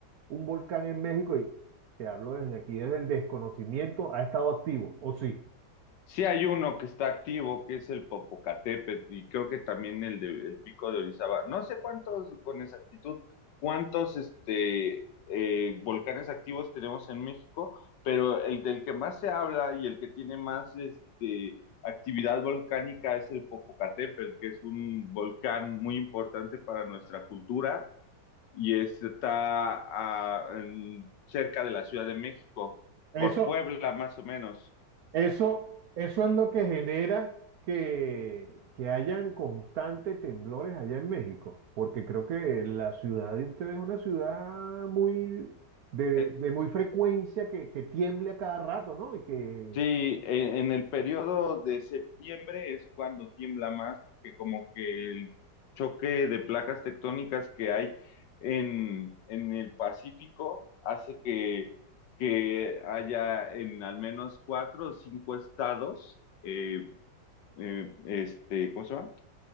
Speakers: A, on the right; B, on the left.
A: un volcán en México, y te hablo desde aquí, desde el desconocimiento, ha estado activo, ¿o sí?
B: sí hay uno que está activo, que es el Popocatépetl, y creo que también el de el Pico de Orizaba. No sé cuántos, con exactitud, cuántos este, eh, volcanes activos tenemos en México, pero el del que más se habla y el que tiene más este, actividad volcánica es el Popocatépetl, que es un volcán muy importante para nuestra cultura y está ah, en- cerca de la Ciudad de México,
A: Eso,
B: por Puebla más o menos.
A: Eso, eso es lo que genera que, que hayan constantes temblores allá en México, porque creo que la ciudad de ustedes es una ciudad muy de,
B: Eh,
A: de muy frecuencia que, que tiemble a cada rato, ¿no? Y que...
B: sí, en, en el periodo de septiembre es cuando tiembla más, porque como que el choque de placas tectónicas que hay en, en el Pacífico hace que, que haya en al menos cuatro o cinco estados, eh, eh, este, ¿cómo se llama?